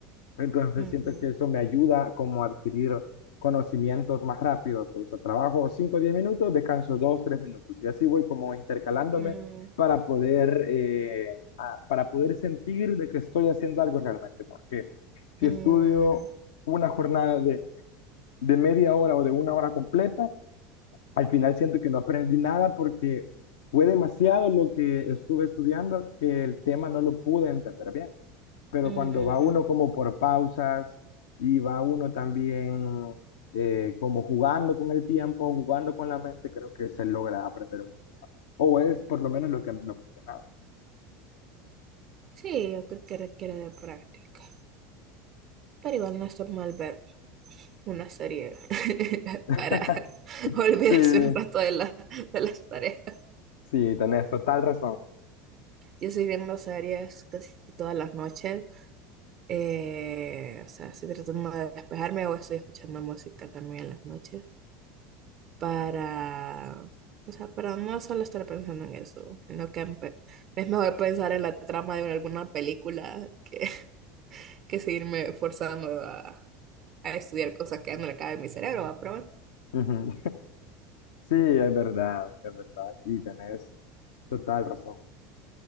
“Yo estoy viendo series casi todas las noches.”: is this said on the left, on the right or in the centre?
Right